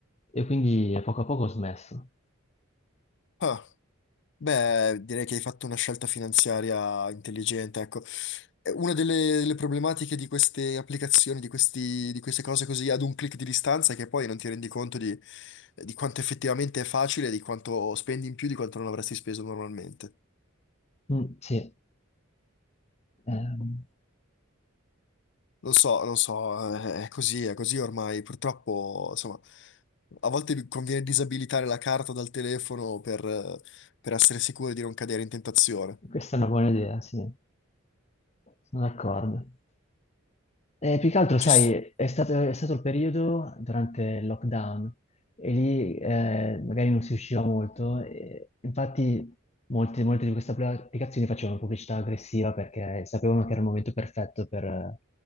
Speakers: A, on the left; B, on the left.
A: E quindi a poco a poco ho smesso.
B: Ah. Beh, direi che hai fatto una scelta finanziaria intelligente, ecco. Eh, Una delle, delle problematiche di queste applicazioni, di questi- di queste cose così ad un click di distanza, è che poi non ti rendi conto di, eh, di quanto effettivamente è facile, di quanto spendi in più, di quanto non avresti speso normalmente.
A: Mm, sì. Ehm,
B: Non so, non so, eh, è così, è così ormai. Purtroppo, insomma, a volte conviene disabilitare la carta dal telefono per, eh, per essere sicuri di non cadere in tentazione.
A: Questa è una buona idea, sì. Sono d'accordo. Eh, più che altro, sai,
B: Ci... s-
A: è stato, è stato il periodo durante il lockdown e lì eh, magari non si usciva molto. e infatti, molte, molte di queste appli- applicazioni facevano pubblicità aggressiva perché sapevano che era il momento perfetto per,